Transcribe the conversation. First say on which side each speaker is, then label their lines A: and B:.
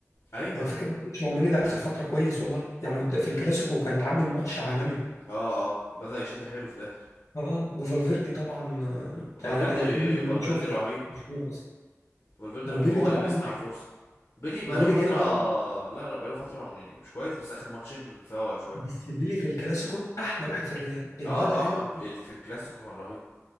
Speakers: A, on the left; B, on the left.
A: ايوه
B: يعني الفكره برضه تشاوميني ده اخر فتره كويس والله يعني قد- في الكلاسيكو كان عامل ماتش عالمي
A: اه اه بدأ يشد حيله في الاخر
B: اه وفالفيردي طبعا
A: فالفيردي
B: آه، انا انا اتمنى ان
A: فالفيردي
B: انا اشوفه
A: رهيب
B: في برشلونه اصلا
A: فالفيردي
B: وبيلي
A: رهيب هو
B: طبعا
A: اللي بيصنع الفرصة بيلي بقاله
B: وبيلي
A: فترة
B: جامد قوي
A: لا لا بقاله فترة يعني مش كويس بس آخر ماتشين فاوق شوية
B: بس بيلي في الكلاسيكو احلى واحد في الريال الواد
A: اه
B: عامل
A: اه ال- في الكلاسيكو كان رهيب